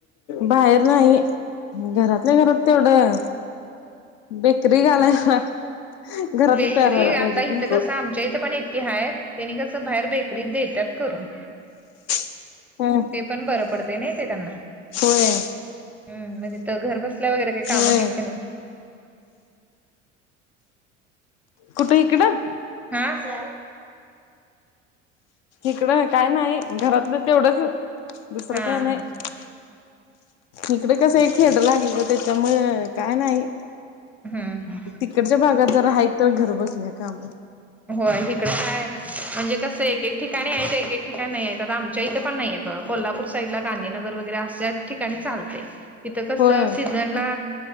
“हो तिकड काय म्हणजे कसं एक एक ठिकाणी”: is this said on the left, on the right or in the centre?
Centre